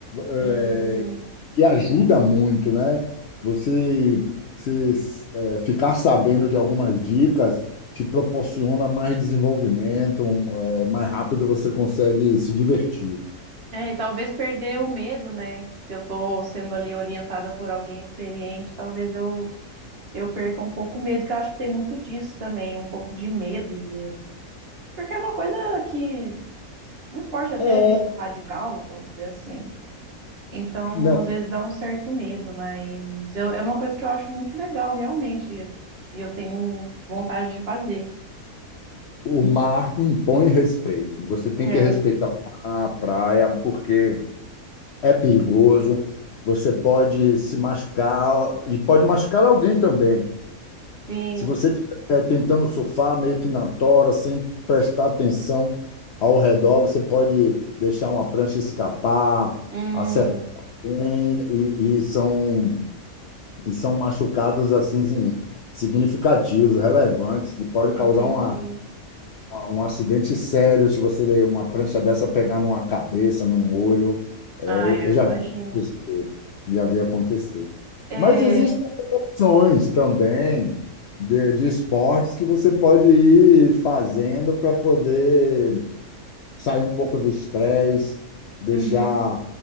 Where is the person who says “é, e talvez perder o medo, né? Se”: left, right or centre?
Right